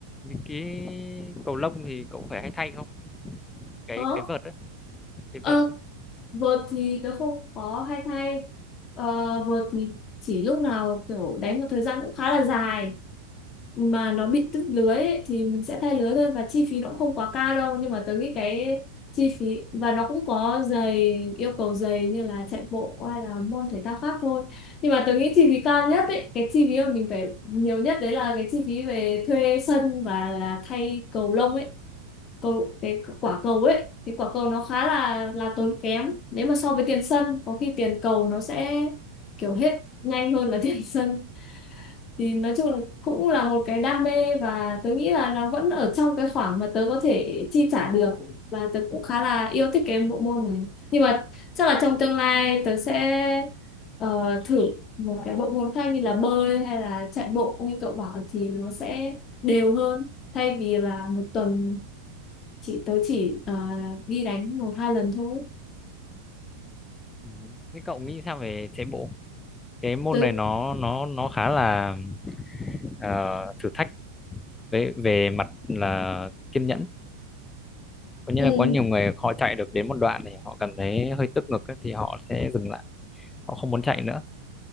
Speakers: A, on the left; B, on the left.
A: cái cầu lông thì cậu phải hay thay không cái
B: có.
A: cái vợt ấy, cái
B: Ờ,
A: vợt cơ
B: vợt thì tớ không có hay thay. Ờ, vợt thì chỉ lúc nào kiểu đánh một thời gian cũng khá là dài mà nó bị đứt lưới ấy, thì mình sẽ thay lưới thôi và chi phí nó cũng không quá cao đâu nhưng mà tớ nghĩ cái chi phí và nó cũng có giày yêu cầu giày như là chạy bộ hay là môn thể thao khác thôi nhưng mà tớ nghĩ chi phí cao nhất ấy cái chi phí mà mình phải nhiều nhất đấy là cái chi phí về thuê sân và là thay cầu lông ấy cầu cái quả cầu ấy thì quả cầu nó khá là là tốn kém nếu mà so với tiền sân có khi tiền cầu nó sẽ kiểu hết nhanh hơn là <laughs> tiền sân thì nói chung là cũng là một cái đam mê và tớ nghĩ là nó vẫn ở trong cái khoảng mà tớ có thể chi trả được và tớ cũng khá là yêu thích cái bộ môn này nhưng mà chắc là trong tương lai tớ sẽ ờ, thử một cái bộ môn khác như là bơi hay là chạy bộ như cậu bảo thì nó sẽ đều hơn thay vì là một tuần chị tớ chỉ ờ, đi đánh một hai lần thôi
A: Ừ. thế cậu nghĩ sao về chạy bộ cái môn
B: tớ
A: này nó nó nó khá là ờ, thử thách về về mặt là kiên nhẫn có nghĩa
B: ừ,
A: là có nhiều người họ chạy được đến một đoạn thì họ cảm thấy hơi tức ngực ấy, thì họ sẽ dừng lại họ không muốn chạy nữa